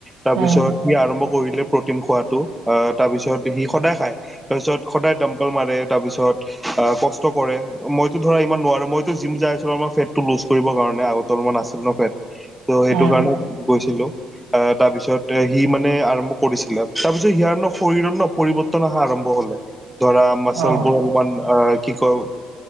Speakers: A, in the centre; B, on the right.
A: তাৰপিছত
B: উম
A: সি আৰু মোক পঢ়িলে প্ৰটিন খোৱাটো। অ, তাৰপিছত সি সদায় খাই, তাৰছত সদাই ডম তল মাৰে তাৰপিছত আ, কষ্ট কৰে মইতো ধৰা ইমান নোৱাৰো মইতো জিম যাই আছোঁ ন, মইতো ফেটটো লুজ কৰিব কাৰণে আগত অলপমান আছিল ন ফেট? ত' সেইটো
B: উম
A: কাৰণে গৈছিলোঁ। অ', তাৰ পিছত এ সি মানে আৰম্ভ কৰিছিলে। তাৰপিছত সিয়াৰ ন' শৰীৰৰ ন' পৰিৱৰ্ত ত' নাহা আৰম্ভ হলে ধৰা মাচলবোৰ
B: অ
A: অলপমান অহ, কি কয়